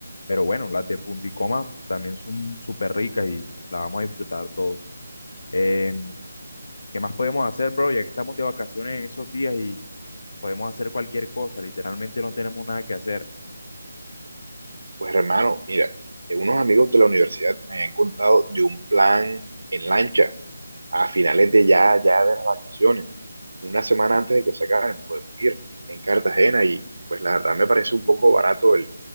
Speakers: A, on the left; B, on the right.
A: Pero bueno, las de Punto y Coma también son súper ricas y las vamos a disfrutar todos. Eh, ¿qué más podemos hacer, bro? Ya que estamos de vacaciones en esos días y podemos hacer cualquier cosa. Literalmente no tenemos nada que hacer.
B: Pues hermano, mira, eh, unos amigos de la universidad me han contado de un plan en lancha a finales de ya, ya de las vacaciones. Una semana antes de que se acaben, podemos ir en Cartagena y pues la verdad me parece un poco barato el,